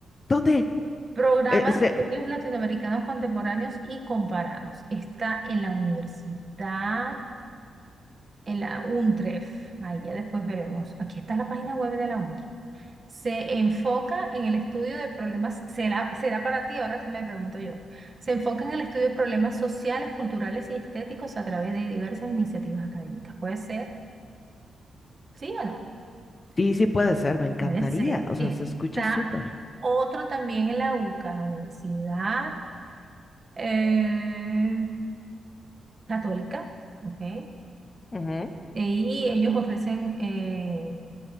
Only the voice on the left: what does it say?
¿Dónde?
Eh, este-
sí, sí puede ser, me encantaría.
O sea,
se escucha súper.
Ujú.